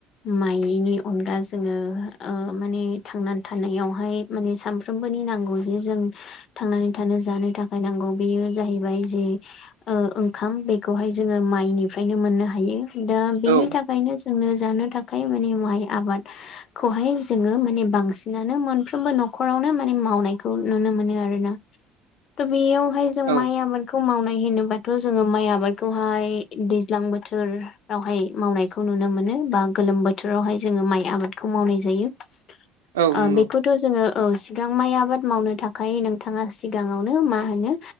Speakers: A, on the left; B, on the right.
A: माइनि अनगा जोङो माने थांनानै थानायावहाय माने सानफ्रोमबोनि नांगौ जे जों थांनानै थानो जानो थाखाय नांगौ बेयो जाहैबाय जे ओंखाम बे खौहाय जोङो माइनिफ्रायनो मोननो हायो दा बेनि
B: औ
A: थाखायनो जोंङो जानो थाखाय माने माइ आबाद खौहाय जोङो माने बांसिनानो मोनफ्रोमबो न'खरावनो माने मावनायखौ नुनो मोनो आरोना थ' बेयावहाय जों
B: औ
A: माइ आबादखौ मावनाय होनोबाथ' जोङो माइ आबाद खौहाय दैज्लां बोथोरावहाय मावनायखौ नुनो मोनो बा गोलोम बो थोरावहाय जोङो माइ आबादखौ मावनाय जायो
B: <inaudible>
A: आ
B: नंगौ
A: बेखौ थ' जोङो औ सिगां माइ आबाद मावनो थाखाय नोंथाङा सिगाङावनो मा होनो